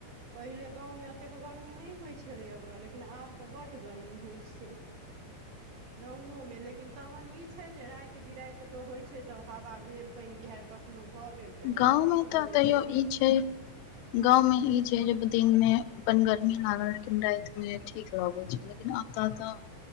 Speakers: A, on the right; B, on the left.
A: पहिले गाँव में अतेक गर्मी नै होइ छलैया बौआ, लेकिन लेकिन आब तऽ बड गर्मी होइ छै। गांंवों में लेकिन, तहन ई छै जे, राइत -बिराइत कऽ होय छै, तऽहावा भेल, पइन बिहैर कखनो भऽ गेल तऽ,
B: गाँव
A: ठीक
B: मे तऽ
A: भऽ गेल,
B: तैयो
A: फेर दिन
B: ई छै गाँव में ई छै। तेज्ब दिन में अपन गर्मी लागल, लेकिन राइत में ठीक लगै छै, लेकिन अतऽ तऽ,